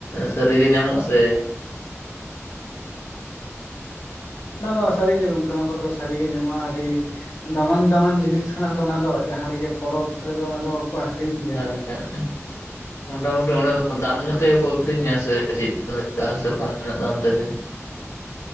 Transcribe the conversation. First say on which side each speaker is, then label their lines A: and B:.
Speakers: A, on the left; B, on the left.
A: ᱥᱟᱹᱨᱤᱜᱮ ᱧᱟᱢᱚᱜ ᱥᱮ
B: ᱵᱟᱝᱼᱵᱟᱝ ᱥᱟᱹᱨᱤᱜᱮ ᱜᱚᱝᱠᱮ ᱚᱱᱟ ᱠᱚᱫᱚ ᱥᱟᱹᱨᱤᱜ ᱜᱮ ᱧᱟᱢᱚᱜᱼᱟ ᱟᱹᱰᱤ ᱫᱟᱢᱟᱱ ᱫᱟᱢᱟᱱ ᱡᱤᱱᱤᱥ ᱠᱟᱱᱟ ᱛᱚ ᱚᱱᱟ ᱫᱚ ᱡᱟᱦᱟᱸ ᱨᱮᱜᱮ ᱯᱚᱨᱚᱵᱽ ᱨᱮᱫᱚ ᱚᱱᱟ ᱫᱚᱠᱚ ᱟᱠᱷᱨᱤᱧ ᱜᱮᱭᱟ।
A: ᱮᱸᱜ ᱢᱚᱴᱟᱢᱩᱴᱤ ᱚᱸᱰᱮ ᱫᱟᱢ ᱧᱚᱜ ᱛᱮᱜᱮ ᱠᱚ ᱟᱹᱷᱨᱤᱧᱟ ᱥᱮ ᱪᱮᱫ ᱞᱮᱠᱟ ᱥᱮ ᱠᱚᱢ ᱧᱚᱜ ᱫᱟᱢ ᱛᱮᱜᱮ?